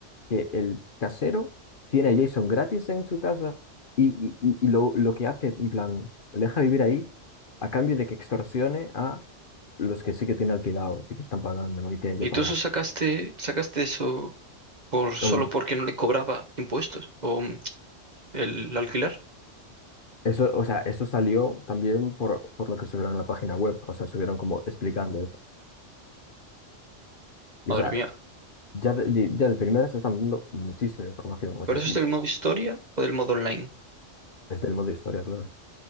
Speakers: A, on the left (about 50°); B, on the right (about 35°).
A: que el casero tiene a Jason gratis en su casa y, y- y- y lo, lo que hace, en plan, le deja vivir ahí a cambio de que extorsione a los que sí que tienen alquilados y que están pagando, ¿no? Y tienen que
B: ¿Y
A: pagar.
B: tú eso sacaste, sacaste eso por solo
A: Hombre,
B: porque no le cobraba impuestos o mm, el alquiler?
A: Eso, o sea, eso salió también por, por lo que subieron a la página web, o sea, subieron como explicando eso. Y,
B: Madre
A: o sea,
B: mía.
A: Ya de, de- ya de primeras te están dando muchísima información, o
B: ¿Pero
A: sea,
B: eso
A: ti-
B: es del modo historia o del modo online?
A: desde el modo historia, claro.